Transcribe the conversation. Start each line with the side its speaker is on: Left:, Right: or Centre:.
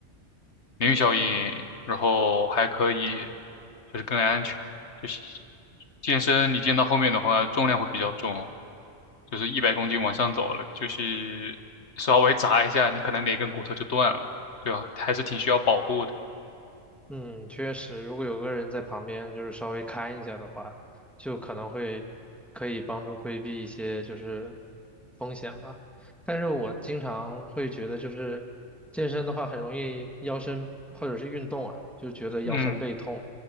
Left: 鲶鱼效应，然后还可以就是更安全，就是健身你健到后面的话，重量会比较重，就是一百公斤往上走了，就是稍微砸一下，你可能哪根骨头就断了，对吧？还是挺需要保护的。
Centre: 嗯，确实，如果有个人在旁边，就是稍微看一下的话，就可能会可以帮助规避一些就是风险吧。但是我经常会觉得，就是健身的话很容易腰身或者是运动啊，就觉得腰酸背痛。
Left: 嗯